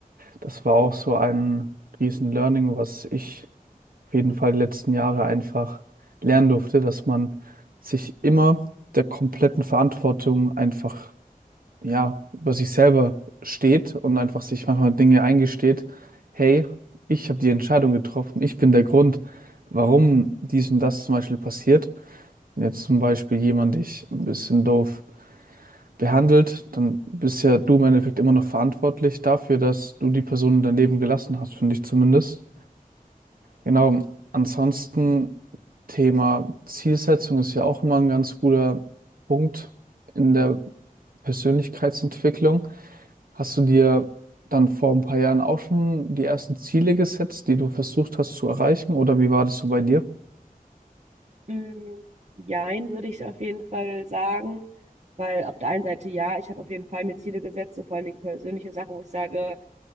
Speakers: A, on the right; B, on the right.
A: das war auch so ein riesen Learning, was ich auf jeden Fall die letzten Jahre einfach lernen durfte, dass man sich immer der kompletten Verantwortung einfach ja, über sich selber steht und einfach sich manchmal Dinge eingesteht, hey, ich habe die Entscheidung getroffen, ich bin der Grund, warum dies und das zum Beispiel passiert. Wenn jetzt zum Beispiel jemand dich ein bisschen doof behandelt, dann bist ja du im Endeffekt immer noch verantwortlich dafür, dass du die Person in dein Leben gelassen hast, finde ich zumindest. Genau, ansonsten Thema Zielsetzung ist ja auch immer ein ganz guter Punkt in der Persönlichkeitsentwicklung. Hast du dir dann vor ein paar Jahren auch schon die ersten Ziele gesetzt, die du versucht hast zu erreichen? Oder wie war das so bei dir?
B: Mm, jein, würde ich auf jeden Fall sagen, weil auf der einen Seite ja, ich habe auf jeden Fall mir Ziele gesetzt und vor allen Dingen persönliche Sachen, wo ich sage,